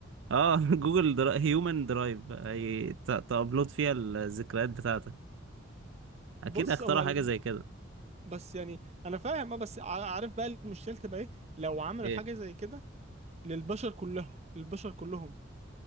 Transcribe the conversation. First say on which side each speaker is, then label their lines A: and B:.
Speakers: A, on the right; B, on the right.
A: اه <laughs> جوجل درا... هيومن درايف هي... ت... تابلود فيها الذكريات بتاعتك اكيد
B: <laughs> بص
A: هيخترعوا
B: هو
A: حاجه زي كده
B: بس يعني انا فاهم اه بس ع- عارف بقى المشكله تبقى ايه لو عملوا
A: ايه
B: حاجه زي كده للبشر كلهم للبشر كلهم